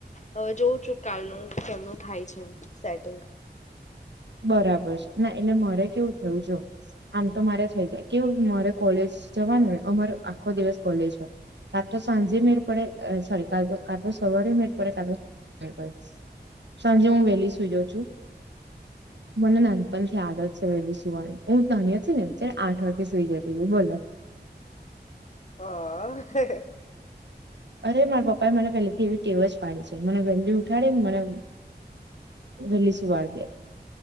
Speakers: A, on the left (about 40°); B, on the right (about 80°).
A: હવે જોઉ છું કાલનું કેમનું થાય છે સેટિંગ.
B: બરાબર છે ના એટલે મારે કેવું થયું જો આમ તો મારે થઈ જાય કેવું મારે કોલેજ જવાની ને અમારે આખો દિવસ કોલેજ હોય. કા તો સાંજે મેર પડે સોરી કા તો સવારે મે પડે કા તો મે પડે સાંજે હું વહેલી સુઈ જાઉ છું. મને નાનપણ થી આદત છે વેલી સુવાની. હું નાની હતી ને આઠ વાગે સુઈ જતી હતી બોલો.
A: હા.
B: અરે મારા પપ્પા એ મને પહેલેથી એવી ટેવ જ પાડી છે મને વહેલી ઉઠાડે ને મને વહેલી સુવાળ દે.